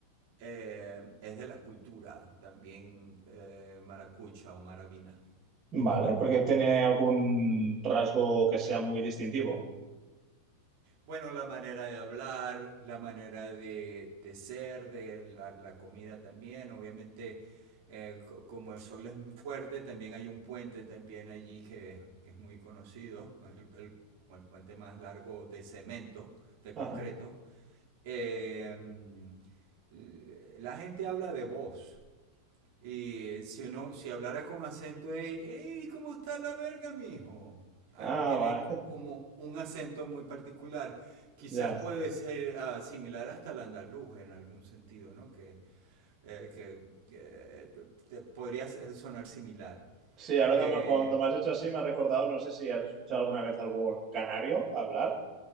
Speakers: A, on the right; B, on the right.
A: eh, es de la cultura, también eh, maracucha o maravina.
B: Vale, porque tiene algún rasgo que sea muy distintivo.
A: Bueno, la manera de hablar, la manera de, de ser, de la, la comida también, obviamente eh, co- como el sol es muy fuerte, también hay un puente también allí que, que es muy conocido, es el, el- como el puente más largo de cemento, de
B: Ajá.
A: concreto. Eh, mm, la gente habla de voz, y si uno, si hablara con acento de, hey, ¿cómo está la verga, mijo? Ah,
B: Ah,
A: Tienen
B: vale,
A: como un acento muy particular. Quizás
B: <laughs> ya.
A: puede ser ah, similar hasta el andaluz en algún sentido, ¿no? Que, eh, que eh, te- podría ser- sonar similar.
B: Sí, ahora
A: Eh,
B: que me- cuando me has hecho así, me ha recordado, no sé si has escuchado alguna vez algún canario hablar,